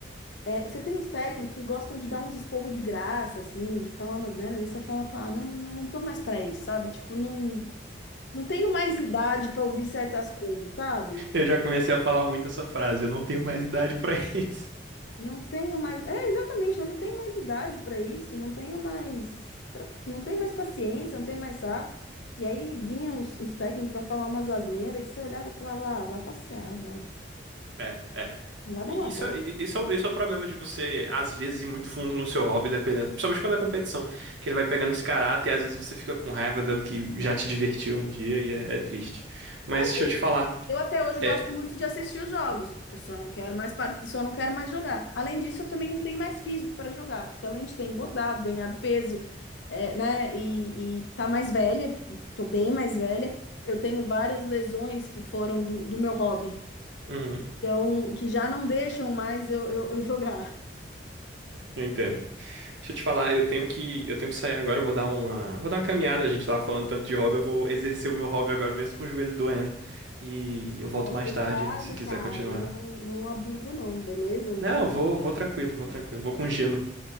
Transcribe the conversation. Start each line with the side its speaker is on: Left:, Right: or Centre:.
Left: é, você tem uns técnicos que gostam de dar uns esporro de graça, assim, de falar umas merdas, e você fala, pá, não, não, não tô mais pra isso, sabe? Tipo, não, não tenho mais idade pra ouvir certas coisas, sabe?
Right: Eu já comecei a falar muito essa frase, eu não tenho mais idade pra <laughs> isso.
Left: Não tenho mais. É, exatamente, eu não tenho mais idade para isso, não tenho mais, pra- não tenho mais paciência, não tenho mais saco. E aí vinham uns, uns técnicos para falar umas asneiras que você olhava e falava, ah, vai passear, vai.
Right: É, é.
Left: Vai dar
Right: E
Left: uma
Right: Isso,
Left: volta.
Right: e- isso, é o- isso é o problema de você, às vezes, ir muito fundo no seu hobby, dependendo, principalmente quando é competição, que ele vai pegando esse caráter e às vezes você fica com raiva do que já te divertiu um dia e é, é triste. Mas
Left: Assim,
Right: deixa eu te falar,
Left: eu até hoje gosto
Right: é,
Left: muito de assistir os jogos. Eu só não quero mais part... só não quero mais jogar. Além disso, eu também não tenho mais físico para jogar, porque além de ter engordado, ganhado peso, é, né, e, e tá mais velha, porque tô bem mais velha, eu tenho várias lesões que foram do, do meu hobby.
Right: uhum,
Left: Então, que já não deixam mais eu, eu, eu jogar.
Right: eu entendo. Deixa eu te falar, eu tenho que, eu tenho que sair agora, eu vou dar uma, vou dar uma caminhada, a gente tava falando tanto de hobby, eu vou exercer o meu hobby agora mesmo com o joelho doendo e eu volto
Left: Ó,
Right: mais
Left: cuidado,
Right: tarde, se quiser
Left: cara,
Right: continuar.
Left: não, não abusa não, beleza?
Right: Não, eu vou, vou tranquilo, vou tranquilo, vou com gelo.